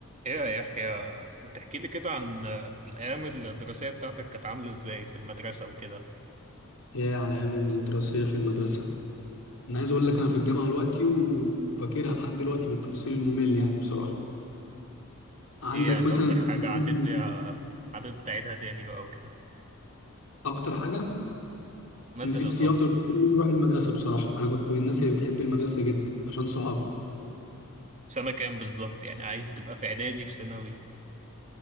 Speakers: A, on the right; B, on the left.
A: ايه يا يحيى ما تحكي لي كده عن الايام الدراسيه بتاعتك كانت عامله ازاي في المدرسه وكده
B: يا على ايام الدراسيه في المدرسه انا عايز اقول لك انا في الجامعه دلوقتي وفاكرها لحد دلوقتي بالتفصيل الممل يعني بصراحه عندك
A: ايه يعني
B: مثلا
A: اكتر حاجه
B: عندي
A: عديت بيها حابب تعيدها تاني بقى وكده
B: اكتر حاجه
A: مثلا
B: نفسي
A: اه
B: افضل كل يوم اروح المدرسه بصراحه انا كنت من الناس اللي بتحب المدرسه جدا عشان صحابي
A: سنه كام بالظبط يعني عايز تبقى في اعدادي في ثانوي